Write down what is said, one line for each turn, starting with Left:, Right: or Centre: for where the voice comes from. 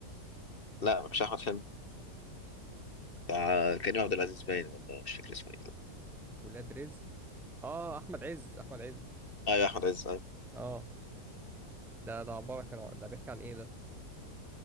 Left: لا مش أحمد حلمي بتاع كريم عبد العزيز باين ولا مش فاكر اسمه ايه
Centre: ولاد رزق اه أحمد عز أحمد عز
Left: ايوه احمد عز ايوه
Centre: اه ده ده عبارة كان عن- ده بيحكي عن ايه ده؟